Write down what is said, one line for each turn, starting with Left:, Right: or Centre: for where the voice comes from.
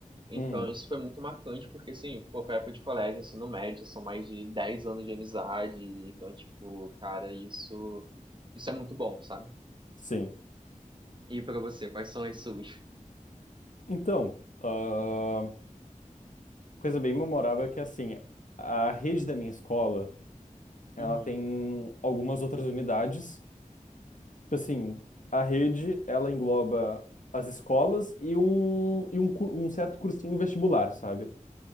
Right: Então,
Left: Hum,
Right: isso foi muito marcante, porque, assim, pô, foi época de colégio, ensino médio, são mais de 10 anos de amizade. Então, tipo, cara, isso... Isso é muito bom, sabe?
Left: sim.
Right: E pra você, quais são as suas?
Left: Então, ah, uma coisa bem memorável é que assim, a rede da minha escola Ela
Right: Uhum.
Left: tem algumas outras unidades. Tipo assim, a rede, ela engloba as escolas e um, e um, cu- um certo cursinho vestibular, sabe?